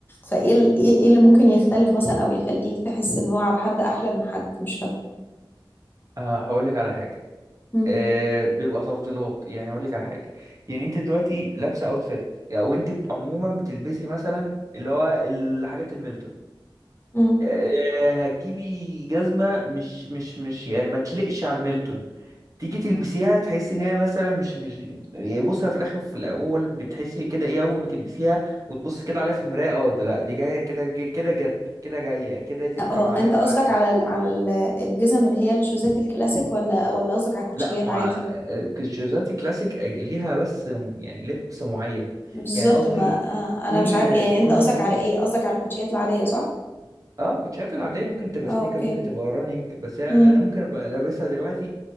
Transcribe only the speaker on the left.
فإيه ال- إيه إيه اللي ممكن يختلف مثلا أو يخليك تحس إن هو على حد أحلى من حد مش فاهمة
مم.
مم.
هو
أنت
قصدك
على ال- على ال- الجزم اللي هي الشوزات الكلاسيك ولا ولا قصدك على الكوتشيات
عادي
بالظبط
ما آه، انا
مش عارف يعني
انت قصدك
على ايه قصدك على الكوتشيات العاديه صح
اه
اوكي
امم